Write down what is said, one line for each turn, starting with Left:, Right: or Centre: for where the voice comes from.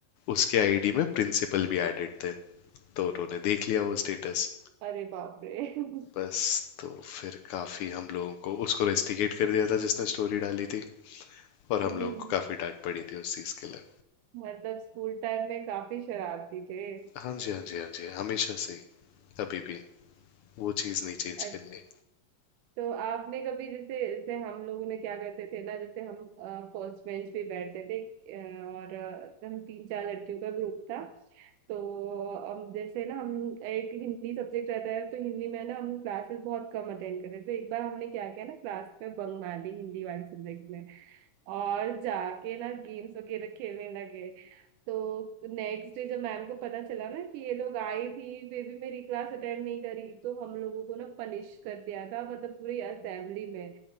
Left: उसके आईडी में प्रिंसिपल भी एडेड थे तो उन्होंने देख लिया वो स्टेटस
Right: अरे बाप रे <laughs>
Left: बस तो फिर काफी हम लोगों को उसको रेस्टिकेट कर दिया था जिसने स्टोरी डाली थी और
Right: हम्म,
Left: हम लोगों को काफी डांट पड़ी थी उस चीज के लिए
Right: मतलब स्कूल टाइम में काफी शरारती थे
Left: हाँ जी हाँ जी हाँ जी हमेशा से ही, अभी भी वो चीज़ नहीं चेंज
Right: अच्छा।
Left: करनी
Right: तो आपने कभी जैसे जैसे हम लोगों ने क्या करते थे ना जैसे हम फर्स्ट बेंच पे बैठते थे अ, और अ, हम तीन चार लड़कियों का ग्रुप था तो हम जैसे ना हम एक हिंदी सब्जेक्ट रहता है तो हिंदी में ना हम क्लासेस बहुत कम अटेंड करते थे तो एक बार हमने क्या किया ना क्लास में बंक मार ली हिंदी वाले सब्जेक्ट में और जाके ना गेम्स वगैरह खेलने लगे तो नेक्स्ट डे जब मैम को पता चला ना कि ये लोग आई थी फिर भी मेरी क्लास अटेंड नहीं करी तो हम लोगों को ना पनिश कर दिया था मतलब पूरी असेंबली में